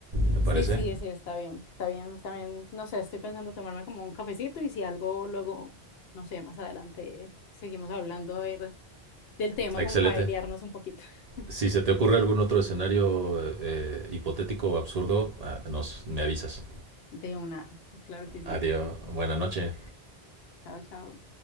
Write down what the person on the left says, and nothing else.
Sí, sí, sí, está bien, está bien, también, no sé, estoy pensando tomarme como un cafecito y si algo luego, no sé, más adelante seguimos hablando a ver, del tema
como para airearnos un poquito. <laughs>
De una, claro que sí.
Chao, chao.